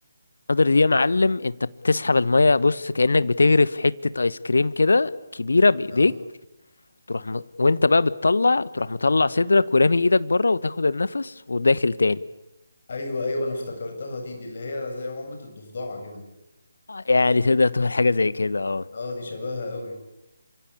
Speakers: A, on the left; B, on the left.
A: القدر دي يا معلم انت بتسحب الميه بص كأنك بتغرف حته ايس كريم كده كبيره بايديك
B: اه
A: تروح م... وانت بقى بتطلع تروح مطلع صدرك ورامي ايدك بره وتاخد النفس وداخل تاني
B: ايوه ايوه انا افتكرتها دي دي اللي هي زي عمة الضفدعة كده
A: يعني تقدر تعمل حاجه زي كده اه
B: اه دي شبهها قوي